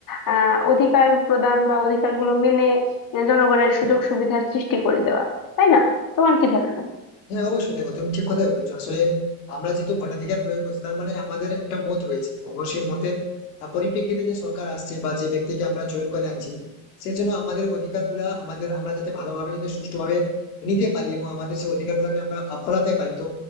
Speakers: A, on the left (about 45°); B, on the left (about 80°).
A: আহ অধিকার প্রদান বা অধিকারগুলো মেনে জনগণের সুযোগ সুবিধার সৃষ্টি করে দেওয়া তাই না তোমার কি ধারণা
B: হ্যাঁ অবশ্যই দেখো তুমি ঠিক কথাই বলেছো আসলে আমরা যেহেতু ভোটাধিকার প্রয়োগ করছি তার মানে আমাদের একটা মত রয়েছে অবশ্যই মতের আহ, পরিপ্রেক্ষিতে যে সরকার আসছে বা যে ব্যক্তিকে আমরা চয়ন করে আনছি সেজন্য আমাদের অধিকার গুলা আমাদের আমরা যাতে ভালোভাবে যাতে সুষ্ঠুভাবে নিতে পারি এবং আমাদের সেই অধিকার গুলাকে আমরা আহ, ফলাতে পারি তো